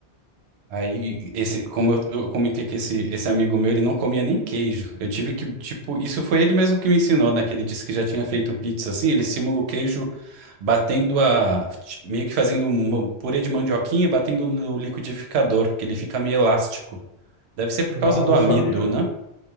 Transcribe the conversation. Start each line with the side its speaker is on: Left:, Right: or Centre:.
Right: Aí, esse, como eu, eu comentei que esse, esse amigo meu, ele não comia nem queijo. Eu tive que, tipo, isso foi ele mesmo que me ensinou, né? Que ele disse que já tinha feito pizza assim. Ele simula o queijo batendo a. meio que fazendo um purê de mandioquinha e batendo no liquidificador, que ele fica meio elástico. Deve ser por
Left: Não,
Right: causa do
Left: eu não
Right: amido,
Left: sabia.
Right: né?